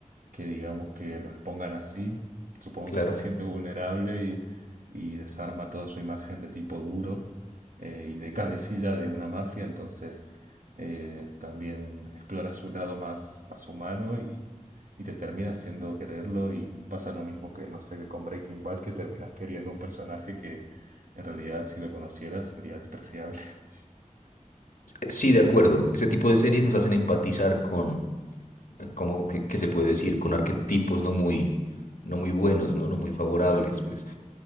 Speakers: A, on the right (about 75°); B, on the left (about 85°).
A: que digamos que lo expongan así, supongo
B: Claro.
A: que se siente vulnerable y, y desarma toda su imagen de tipo duro eh, y de cabecilla de una mafia, entonces eh, también explora su lado más, más humano y, y te termina haciendo quererlo y pasa lo mismo que, no sé, que con Breaking Bad, que terminas queriendo un personaje que en realidad si lo conocieras sería despreciable. <laughs>
B: Sí, de acuerdo. Ese tipo de series nos hacen empatizar con, como que, que se puede decir, con arquetipos no muy, no muy buenos, ¿no? No muy favorables, pues.